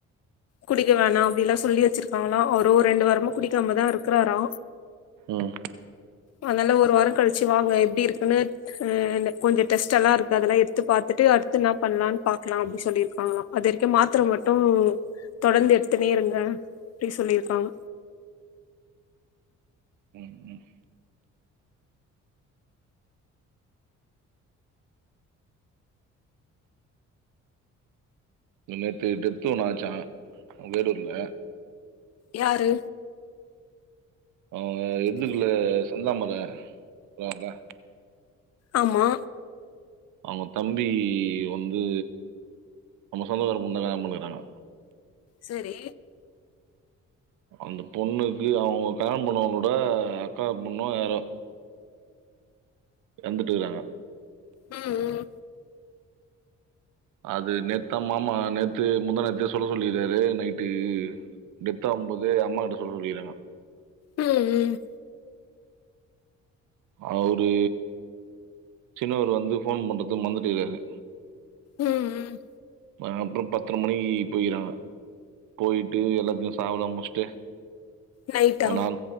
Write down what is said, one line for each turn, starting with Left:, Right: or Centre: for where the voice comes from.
Left: குடிக்க வேணா அப்டில்லா சொல்லி வச்சிருக்காங்ளா அவுரு ஒ ரெண்டு வாரமா குடிக்காமதா இருக்குறாரா
Right: ம்
Left: அதுனால ஒரு வாரம் கழிச்சு வாங்க எப்டி இருக்குன்னு ஹ கொஞ்சம் டெஸ்ட் எல்லா இருக்கு அதெல்லாம் எடுத்து பாத்துட்டு அடுத்து என்ன பண்ணலானு பாக்கலாம் அப்டி சொல்லி இருக்காங்களா அது வரைக்கும் மாத்திர மட்டும் தொடர்ந்து எடுத்துனே இருங்க அப்டி சொல்லிருக்காங்க
Right: ம் ம் இ நேத்து டெத்து ஒன்னு ஆச்சா வேடூர்ல
Left: யாரு
Right: அ இதுக்குள்ள செந்தாமர போங்களா
Left: ஆமா
Right: அவுங்க தம்பி வந்து நம்ம சொந்தகார பொண்ண தா கல்யாணம் பண்ணுகிறாங்க
Left: செரி
Right: அந்த பொண்ணுக்கு அவங்க கல்யாண பண்ணவங்களோட அக்கா பொண்ணோ யாரோ இறந்துட்டு இருக்காங்க
Left: ம்ம்
Right: அது நேத்தா மாமா நேத்து முந்தா நேத்து சொல்ல சொல்லிறாரு நைட்டு டெத்தா அம்பது அம்மா கிட்ட சொல்ல சொல்லிருங்க
Left: ம் ம்
Right: அவுரு சின்னவரு வந்து போன் பண்றது மறந்துட்டுக்கிறாரு
Left: ம் ம்
Right: நான் அப்புறம் பத்தர மணிக்கு போய்றாங்க போயிட்டு எல்லாத்தையும் சாவுலா முஸ்ட்டு
Left: நைட்டா
Right: ஒரு நாள்